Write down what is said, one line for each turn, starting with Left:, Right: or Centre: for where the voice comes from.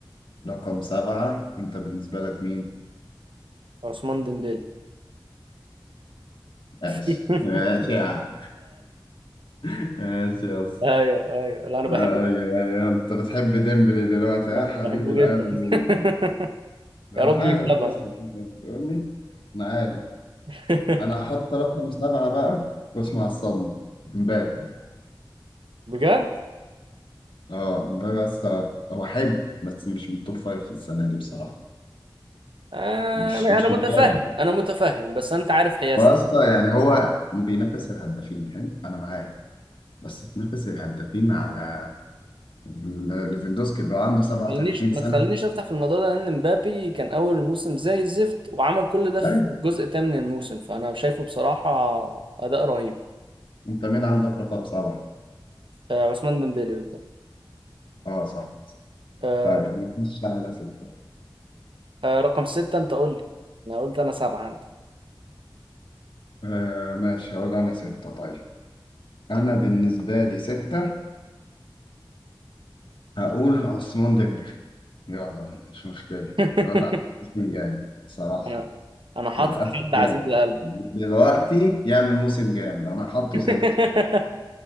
Left: رقم سبعة أنت بالنسبة لك مين؟
Right: عثمان ديمبélé
Left: ماشي
Right: <laughs>
Left: ماشي يا عم. <laughs> ماشي يا اسطى
Right: ايوه ايوه لا انا بحبه
Left: آه يا يا أنت بتحب ديمبلي دلوقتي
Right: انا
Left: يا حبيب
Right: بحبه
Left: القلب
Right: جدا
Left: و...
Right: <laughs>
Left: أنا
Right: يا رب
Left: عارف
Right: يكسبها
Left: أصلا أنت بتقولي أنا عارف
Right: <laughs>
Left: انا هحط رقم سبعة بقى واسمع الصدمة امبابي
Right: بجد
Left: اه امبابي اصلا هو حلو بس مش من التوب فايف في السنة دي بصراحة
Right: انا
Left: مش مش
Right: انا متفهم
Left: امبابي
Right: انا متفهم بس انت عارف حيازتي
Left: واصلا يعني هو بينافس الهدافين حلو انا معاه بس تنافس الهدافين على ال- ليفاندوسكي اللي هو عنده 37
Right: تخلينيش
Left: سنة
Right: ما تخلينيش افتح في الموضوع ده لان مبابي كان اول الموسم زي الزفت وعمل كل ده
Left: طيب
Right: في الجزء الثامن من الموسم فانا شايفه بصراحه اداء رهيب
Left: انت مين عندك رقم سبعة؟
Right: آه، عثمان ديمبélé قلت لك.
Left: اه صح
Right: آه،
Left: طيب نخش على ستة
Right: آه، رقم ستة انت قول لي انا قلت انا سبعة عندك
Left: آه ماشي هقول انا ستة طيب انا بالنسبة لي ستة هقول عثمان ديمبلي يلا مش مشكلة
Right: <laughs>
Left: الوضع موسم جامد صراحة
Right: انا أنا حاطط
Left: للأسف
Right: حد عزيز
Left: يعني
Right: لقلبي
Left: دلوقتي يعمل موسم جامد أنا حاطه
Right: <laughs>
Left: ستة